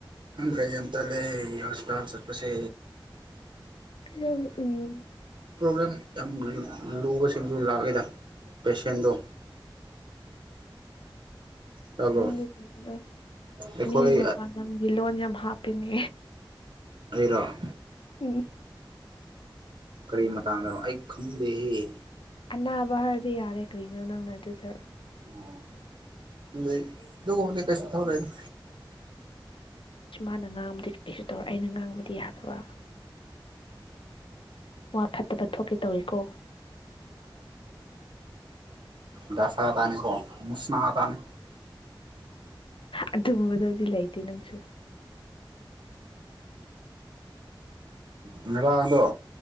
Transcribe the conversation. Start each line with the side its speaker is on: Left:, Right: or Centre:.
Right: ꯈ꯭ꯔꯖꯟꯇꯥ ꯂꯩꯦ ꯍꯣꯁꯄꯤꯇꯥꯜꯁꯠꯄꯁꯦ
Left: ꯐꯔ ꯎꯝ
Right: ꯄ꯭ꯔꯣꯕ꯭ꯂꯦꯝ ꯌꯥꯝ ꯂꯨꯕꯁꯤꯡꯁꯨ ꯂꯥꯛꯑꯦꯗ ꯄꯦꯁꯦꯟꯗꯣ ꯇꯥꯕ꯭ꯔꯣ
Left: ꯅ ꯀꯒ
Right: ꯑꯩꯈꯣꯏ
Left: ꯃꯤ ꯃꯄꯥꯟꯂꯣ ꯍꯥꯞꯄꯤꯅꯦ
Right: ꯑꯣꯏꯔꯛ
Left: ꯎꯝ
Right: ꯀꯔꯤ ꯃꯇ ꯇꯥꯡꯗꯣ ꯑꯩ ꯈꯪꯗꯦꯍꯦ
Left: ꯑꯅꯥꯕ ꯍꯥꯏꯔꯗꯤ ꯌꯥꯔꯦ ꯀꯔꯤꯅꯣ ꯅꯪꯅ ꯑꯗꯨꯗ
Right: ꯑꯣ ꯑꯗꯨꯩ ꯑꯗꯨꯒꯕꯗꯤ ꯀꯩꯁꯨ ꯊꯧꯔꯦꯅ
Left: ꯁꯤ ꯃꯥꯅ ꯉꯥꯡꯕꯗꯤ ꯀꯩꯁꯨ ꯇꯧꯔꯦ ꯑꯩꯅ ꯉꯥꯡꯕꯗꯤ ꯌꯥꯗꯕ ꯋꯥ ꯐꯠꯇꯕ ꯊꯣꯛꯀꯦ ꯇꯧꯏꯤꯀꯣ
Right: ꯗꯁꯥ ꯇꯥꯅꯤꯣꯁꯅꯥ ꯇꯅꯤ
Left: ꯑꯗꯨꯝꯕꯗꯗꯤ ꯂꯩꯇꯦ ꯅꯪꯁꯨ
Right: ꯏꯗꯣ